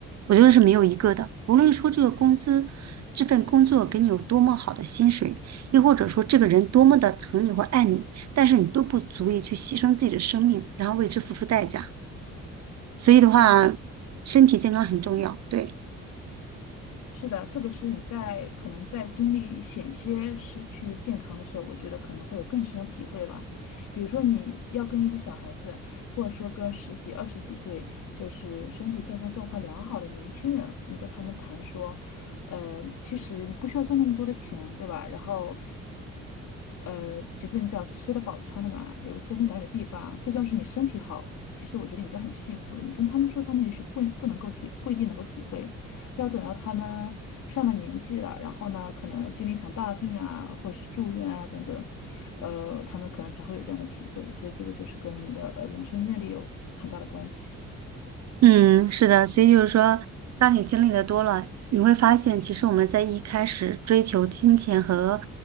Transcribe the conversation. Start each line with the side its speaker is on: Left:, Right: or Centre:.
Right: 我觉得是没有一个的。无论说这个公司这份工作给你有多么好的薪水。又或者说这个人多么的疼你或者爱你，但是你都不足以去牺牲自己的生命，然后为之付出代价。所以的话，
Left: 对对，
Right: 身体健康很重要。对，
Left: 是的，特别是你在可能在经历险些失去健康的时候，我觉得可能会有更深的体会吧。比如说你要跟一些小孩子，或者说跟十几、二十几岁，就是身体健康状况良好的年轻人，你跟他们谈说，呃，其实你不需要赚那么多的钱，对吧？然后呃，其实你只要吃得饱、穿得暖，有个遮风挡雨的地方，最重要是你身体好。其实我觉得你应该很幸福的。你跟他们说，他们也许不不能够体，不一定能够体会。这要等到他们上了年纪了，然后呢，可能经历一场大病啊，或者是住院啊等等，呃，他们可能才会有这样的体会。所以这个就是跟你的呃人生阅历有很大的关系。
Right: 嗯，是的。所以就是说，当你经历的多了，你会发现，其实我们在一开始追求金钱和